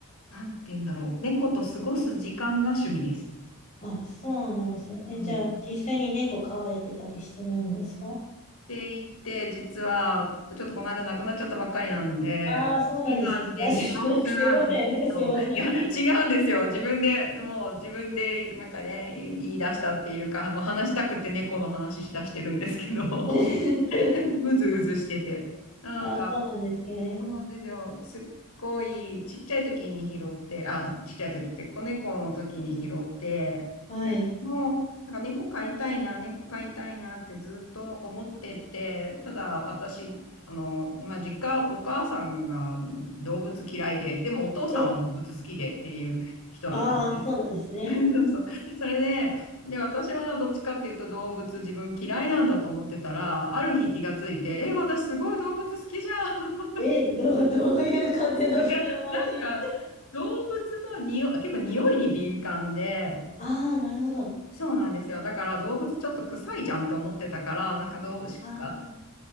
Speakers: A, on the left (about 85°); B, on the left (about 35°).
A: う、なんて言うんだろう。猫と過ごす時間が趣味です。
B: あ、そうなんですね。
A: うん。
B: え、じゃあ、
A: っ
B: 実際に猫飼われてたりするんですか
A: て言って、実は、ちょっとこの間亡くなっちゃったばっかりなんで、
B: ああー、そうなんです。
A: 今、猫ロスなんですよ。
B: なんかすいません。なんかすいません。
A: いや、違うんですよ。自分で、もう自分で、なんかね、言い出したっていうか、もう話したくて猫の話しだしてるんですけど、
B: <laughs>
A: <laughs> うずうずしてて。なんか、
B: あそうなんですね。
A: そうなんですよ。すっごいちっちゃい時に拾って、あ、ちっちゃい時って子猫の時に拾って、
B: はい。
A: で、もう、なんか猫飼いたいな、猫飼いたいなってずっと思ってて、ただ私、あの、まあ、実家、お母さんが動物嫌いで、でもお父さんは動物好きでっていう人なんですね。
B: え、ああ、そうなんですね。
A: <laughs> そうそう。それで、で、私はどっちかっていうと動物自分嫌いなんだと思ってたら、ある日気がついて、え、私すごい動物好きじゃん
B: え、どう、どういう風の吹き回し
A: いや、なんか、動物の匂い、結構匂いに敏感で、
B: ああー、なるほど。
A: そうなんですよ。だから動物ちょっと臭いじゃんって思ってたから、なんか動物が
B: あ